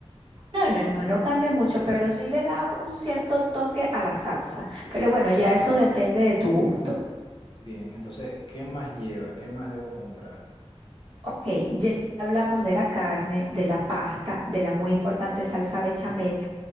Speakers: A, on the right; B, on the left.
A: No, no, no, no cambia mucho, pero sí le da un cierto toque a la salsa. Pero bueno, ya eso depende de tu gusto.
B: Bien, entonces, ¿qué más lleva? ¿Qué más debo comprar?
A: Ok, ya hablamos de la carne, de la pasta, de la muy importante salsa bechamel.